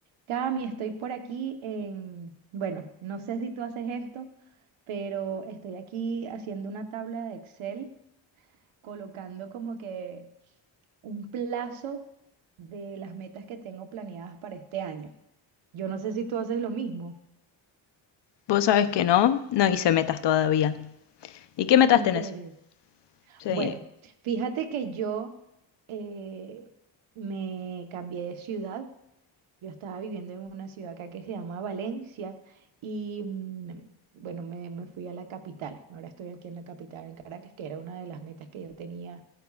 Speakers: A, on the right; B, on the left.
A: Cami, estoy por aquí en, bueno, no sé si tú haces esto, pero estoy aquí haciendo una tabla de Excel, colocando como que un plazo de las metas que tengo planeadas para este año. Yo no sé si tú haces lo mismo,
B: Vos sabés que no, no hice metas todavía. ¿Y qué metas
A: en
B: tenés?
A: serio.
B: Sí.
A: Bueno, fíjate que yo eh, me cambié de ciudad Yo estaba viviendo en una ciudad acá que se llama Valencia y mm, bueno, me, me fui a la capital. Ahora estoy aquí en la capital, en Caracas, que era una de las metas que yo tenía